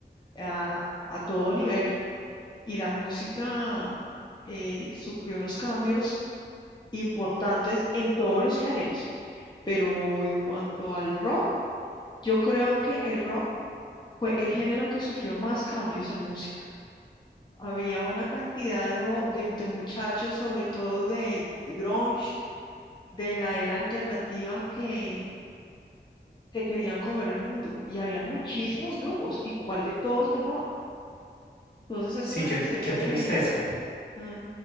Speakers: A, on the left (about 25°); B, on the left (about 60°).
A: a, a todo nivel. Y la música eh, sufrió unos cambios importantes en todos los géneros. Pero en cuanto al rock, yo creo que el rock fue el género que sufrió más cambios en música. Había una cantidad de, o- de- de muchachos, sobre todo de grunge, de la era alternativa, que se querían comer el mundo. Y habían muchísimos grupos, y cuál de todos mejor. Entonces es
B: Sí,
A: una
B: qué,
A: tristeza
B: qué tristeza.
A: que... mm,